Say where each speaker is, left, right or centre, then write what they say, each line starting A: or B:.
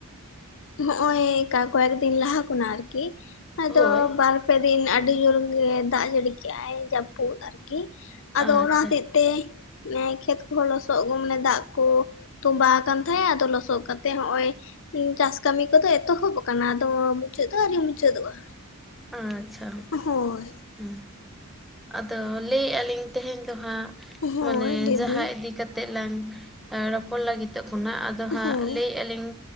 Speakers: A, on the left; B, in the centre.
A: ᱦᱚᱜᱼᱚᱭ ᱠᱟ ᱠᱚᱭᱮᱠ ᱫᱤᱱ ᱞᱟᱦᱟ ᱠᱚᱱᱟ ᱟᱨᱠᱤ ᱾ ᱟᱫᱚ
B: ᱦᱳᱭ
A: ᱵᱟᱨᱯᱮ ᱫᱤᱱ ᱟᱹᱰᱤ ᱡᱳᱨ ᱜᱮ ᱫᱟᱜ ᱡᱟᱹᱲᱤ ᱠᱮᱜᱼᱟᱭ ᱡᱟᱹᱯᱩᱫ ᱟᱨᱠᱤ ᱾
B: ᱟᱪᱪᱷᱟ
A: ᱟᱫᱚ ᱚᱱᱟ ᱦᱚᱛᱮᱜ ᱛᱮ ᱠᱷᱮᱛ ᱠᱚᱦᱚᱸ ᱞᱚᱥᱚᱫ ᱟᱹᱜᱩ ᱢᱟᱱᱮ ᱫᱟᱜ ᱠᱚ ᱛᱚᱸᱵᱟ ᱟᱠᱟᱱ ᱛᱟᱦᱮᱸᱜ ᱟᱫᱚ ᱞᱚᱥᱚᱫ ᱠᱟᱛᱮᱜ ᱦᱚᱜᱼᱚᱭ ᱦᱩᱸ ᱪᱟᱥ ᱠᱟᱹᱢᱤ ᱠᱚᱫᱚ ᱮᱛᱚᱦᱚᱵ ᱟᱠᱟᱱᱟ ᱟᱫᱚ ᱢᱩᱪᱟᱹᱫ ᱫᱚ ᱟᱨᱤ ᱢᱩᱪᱟᱹᱫᱚᱜᱼᱟ ᱾
B: ᱟᱪᱪᱷᱟ ᱾
A: ᱦᱳᱭ ᱾
B: ᱦᱩᱸ ᱟᱫᱚ ᱞᱟᱹᱭᱮᱜᱼᱟ ᱞᱤᱧ ᱛᱮᱦᱮᱧ ᱫᱚ ᱦᱟᱸᱜ
A: ᱦᱳᱭ
B: ᱢᱟᱱᱮ
A: ᱞᱟᱹᱭ
B: ᱡᱟᱦᱟᱸ
A: ᱵᱤᱱ
B: ᱤᱫᱤ ᱠᱟ ᱛᱮᱜ ᱞᱟᱝ ᱨᱚᱯᱚᱲ ᱞᱟᱹᱜᱤᱛᱚᱜ ᱠᱟᱱᱟ ᱟᱫᱚ
A: ᱦᱳᱭ
B: ᱦᱟᱸᱜ ᱞᱟᱹᱭᱮᱜᱼᱟ ᱞᱤᱧ